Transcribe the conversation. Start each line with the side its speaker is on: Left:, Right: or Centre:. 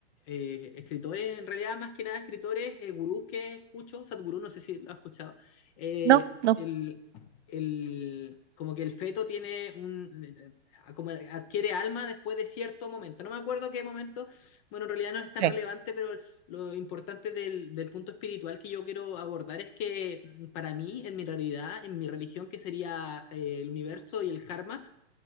Left: eh, escritores, en realidad más que nada escritores, eh, gurús que escucho, Sadhguru, no sé si lo has escuchado, eh,
Right: No, no.
Left: el, el- como que el feto tiene un, como adquiere alma después de cierto momento. No me acuerdo qué momento, bueno, en realidad no es tan
Right: Sí.
Left: relevante, pero lo importante del, del punto espiritual que yo quiero abordar es que mm, para mí, en mi realidad, en mi religión, que sería eh, el universo y el karma,